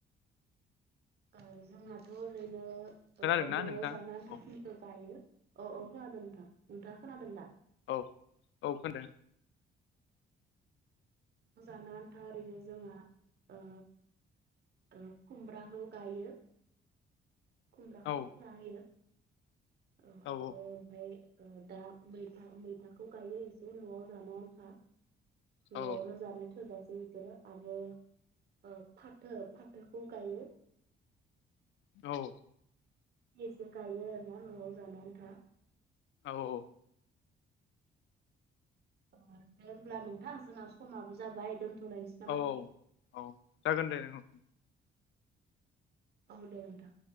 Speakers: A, on the right; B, on the left.
A: ओ जोंहाथ' ओरैनो
B: खोनादोंना
A: ओ न'आव
B: नोंथां
A: जानो आनथाखिनिखो
B: औ
A: गायो अ अ खोनादों नोंथां नोंथाङा खोनादों दा?
B: औ औ खोनादों।
A: जानो आन्था ओरैनो जोंहा ओ ओ खुमब्राखौ गायो खुमब्राखौ
B: औ
A: खुना होयो औ
B: औ
A: आरो ओमफ्राय ओ दा मैथा मैथाखौ गायो एसे न'आव जानो आन्था न'आवनो
B: औ औ
A: जानो थोजासे बिफोरो आरो ओ फाथो फाथोखौ गायो
B: औ
A: एसे इसे गायो आरोना न'आव जानो आन्था।
B: औ औ
A: अ दे होमब्ला नोंथां जोंना समाबो जाबाय दोन्थ'लायनोसै
B: औ औ जागोन दे ओं
A: औ दे नोंथां